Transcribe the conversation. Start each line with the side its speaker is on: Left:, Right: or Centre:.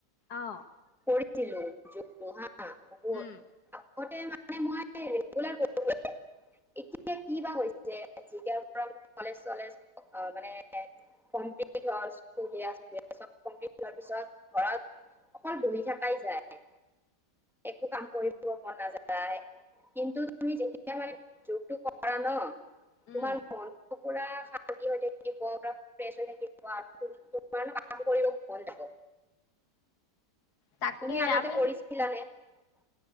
Left: অ',
Centre: কৰিছিলো। যোগ টো হা আ বহুত
Left: উম,
Centre: আগতে মানে মই <unintelligible> ৰেগুলাৰ কৰিব <unintelligible> এতিয়া কি বা হৈছে যেতিয়াৰ পৰা কলেজ চলেজ অ, মানে কমপ্লিট হ'ল স্কুল <unintelligible> চব কমপ্লিট হোৱাৰ পিছত ঘৰত অকল বহি থাকাই যায়। একো কাম কৰিব মন নাযায় কিন্তু তুমি যেতিয়া মানে যোগটো কৰা ন'
Left: উম,
Centre: তোমাৰ মনটো পূৰা শান্তি হৈ থাকিব পূৰা ফ্ৰেছ হৈ থাকিব আৰু খুব তোমাৰ কাম কৰিব মন যাব।
Left: তাকে
Centre: তুমি আগতে
Left: আমি
Centre: কৰিছিলা নে? <inaudible>